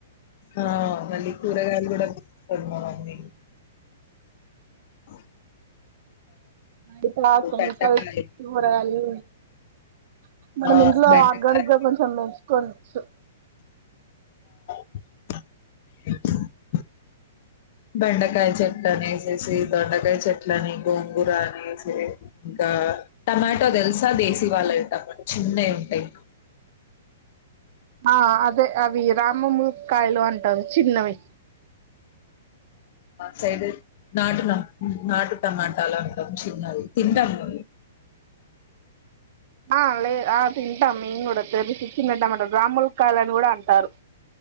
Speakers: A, on the left; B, on the right.
A: ఆ మల్లి కూరగాయలు కూడా <unintelligible> అఓ
B: ఇట్డ కెమికల్స్
A: బెండకాయ
B: కూడా లు మనం
A: ఆ
B: ఇంట్లో
A: బెండకాయ
B: ఆర్గానిక్ గా కొంచెం పెన్చుకోవచ్చు
A: <inaudible> బెండకాయ చెట్లు అనేసేసి, దొండకాయ చెట్ల అని, గోంగూర అనేసి, ఇంకా టమాటో తెలుసా దేశీ వాళ్ళ టమాట చిన్నవి ఉంటాయి.
B: ఆ అదే అవి రామములు కాయలు అంటారు చిన్నవి
A: సైడ్ నాటునా మాటు టమాట చలా చిన్నవి తింటాము
B: ఆ లే ఆ తింటాం మేము కూడా తెచ్చి చిన్న టమోటా రాముల కాయలు అని కూడా టారు